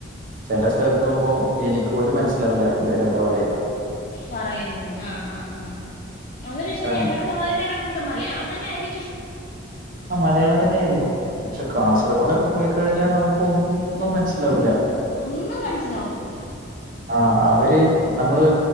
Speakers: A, on the right (about 45°); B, on the left (about 40°).
A: ചില സ്ഥലത്ത് പോകുമ്പോ എനിക്ക് പോലും മനസ്സിലാവില്ല ഇവരെന്താ പറയുന്നന്ന്‌
B: പറയുന്നന്ന് ആ ആ ആ അവര്
A: അങ്ങനെണ്ട്
B: ശരി അങ്ങനത്തുള്ളവരെ ഞങ്ങ ണ്ട് മലയാളം തന്നെ ആയിരിക്കും.
A: ആ മലയാളം തന്നെയായിരിക്കും പക്ഷെ കാസർഗോഡൊക്കെ പോയിക്കഴിഞ്ഞാൽ നമുക്ക് ഒന്നും മനസ്സിലാവൂല
B: ഒന്നും മനസ്സിലാവത്തില്ല.
A: ആ അവര് നമ്മള്